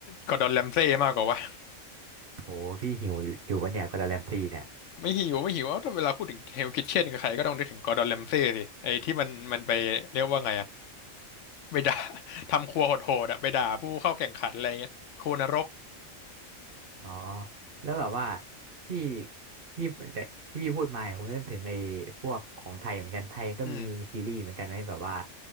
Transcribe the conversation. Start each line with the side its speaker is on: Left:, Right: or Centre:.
Left: กอร์ดอนแรมเซ่มากกว่าวะ
Right: โหพี่หิวอยู่อยู่วะเนี่ยก็ดดแรมซี่เนี่ย
Left: ไม่หิวไม่หิวเอ้าถ้าเวลาพูดถึงเฮลคิทเช่นกับใครก็ต้องนึกถึงกอร์ดอนแรมเซ่สิไอ้ที่มันมันไปเรียกว่าไงอะไปด่า <laughs> ทำครัวโหดๆอะไปด่าผู้เข้าแข่งขันอะไรเงี้ยครัวนรก
Right: อ๋อแล้วแบบว่าพี่พี่ที่พี่พูดมาผมนึกถึงไอ้พวกของไทยเหมือนกันไทยก็มีซีรีส์เหมือนกันนะแบบว่า
Left: อืม